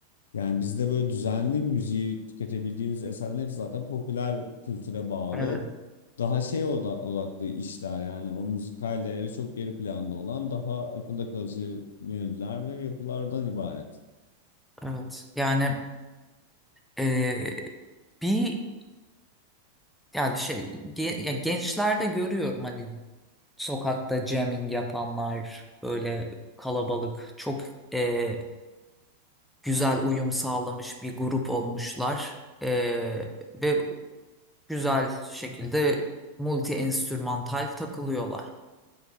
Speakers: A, on the left; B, in the centre.
A: yani bizde böyle düzenli müziği tüketebildiğimiz eserlerin hepsi zaten popüler kültüre bağlı.
B: Evet,
A: Daha şey oda- odaklı işler yani o müzikal değeri çok geri planda olan daha akılda kalıcı melodiler ve yapılardan ibaret.
B: evet. Yani eee, bir yani şey ge- ya gençlerde görüyorum hani sokakta jamming yapanlar böyle kalabalık çok eee, güzel uyum sağlamış bir grup olmuşlar Eee, ve güzel şekilde multi enstrümantal takılıyorlar.